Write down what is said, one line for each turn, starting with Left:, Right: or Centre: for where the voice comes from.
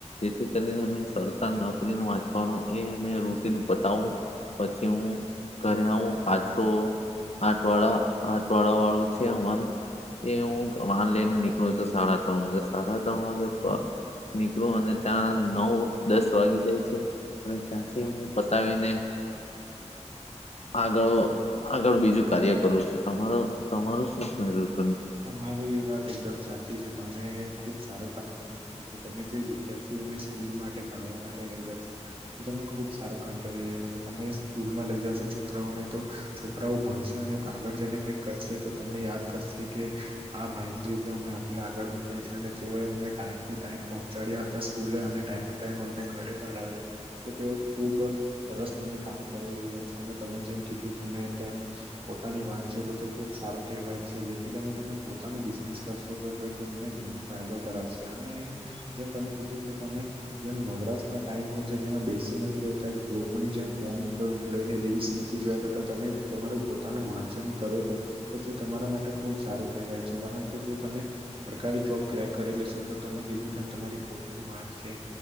Left: ઇતિ કરીને સરકાર વાચવાનુ એ એ રૂટીન પતાવું પછી હું ઘરે આવું પાછો આઠવાળા આઠવાળા વાળું છે અમારે એ હું વાહન લઈને નીકળું છું સાડા ત્રણ વાગે સાડા ત્રણ વાગે નીકળું અને ત્યાં નવ દસ વાગી જાય છે અને ત્યાંથી હું પતાવીને
Right: <inaudible>
Left: આગળ આગળ બીજું કાર્ય કરું છ તમારો તમારું શું થઈ રૈયુ
Right: તમાર વાત એકદમ સાચી છે તમે ખુબ સારું કામ કરી રૈયા તો તમે જે વિદ્યાર્થીઓને સ્કૂલ માટે ભણવા માટે લઈ જા છો તો તમે ખુબ સારું કામ કરી રહ્યા છો તો તમે સ્કૂલમાં લઈ જશો છોકરાઓને તો છોકરાઓ ભણશે અને આગળ જઈને કઈક કરશે તો તમે મેં યાદ કરશેકી કે આ ભાઈ ની રીધ અમે આટલી આગળ વધ્યા છે અને તેઓ અમને ટાઈમ ટુ ટાઈમ પહોંચાડ્યા હતા સ્કૂલે અને ટાઈમ ટુ ટાઈમ અમને ઘરે પણ લાવે છે તો તેઓ ખુબ સરસ તમે કામ કરી રૈયે તમે જેમ કીધું તમે તેમ પોતાની વાન છે તો તે ખુબ સારું કહેવાય છે ને. તમે પોતાનું બિઝનેસ કરશો તો તમને ઘણ ફાયદો કરાવશે અને જેમ તમે ત જેમ નવરાશ ના ટાઈમ હોય છે તેમાં બેસી નથી રેતા લોકોની જેમ ફોન અ લઈને રીલ્સ નથી જોયા કરતા તમે તમારું પોતાનું વાંચન કરો તો પછી તમારા માટે ખુબ સારું કહેવાય છે કારણ કે જો તમે સરકારી જોબ ક્રેક કરી લેશો તો તમે કીધું તેમ તમારી પોતાની વાહન છે